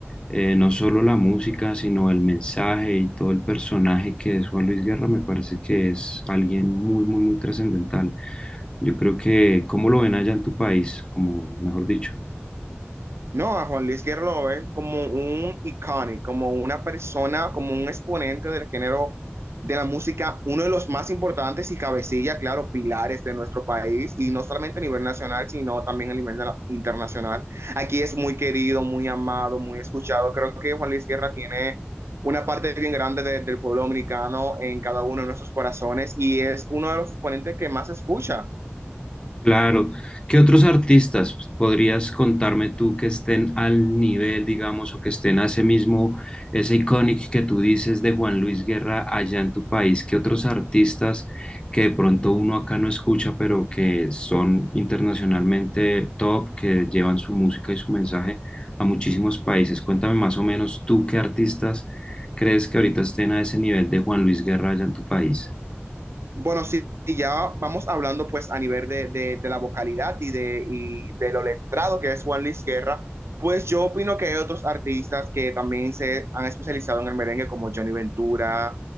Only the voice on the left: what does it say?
eh, no solo la música, sino el mensaje y todo el personaje que es Juan Luis Guerra, me parece que es alguien muy, muy, muy trascendental. Yo creo que, ¿cómo lo ven allá en tu país? Como, mejor dicho,
Claro. ¿Qué otros artistas podrías contarme tú que estén al nivel, digamos, o que estén a ese mismo, ese icónico que tú dices de Juan Luis Guerra allá en tu país? ¿Qué otros artistas que de pronto uno acá no escucha, pero que son internacionalmente top, que llevan su música y su mensaje a muchísimos países? Cuéntame más o menos tú qué artistas crees que ahorita estén a ese nivel de Juan Luis Guerra allá en tu país.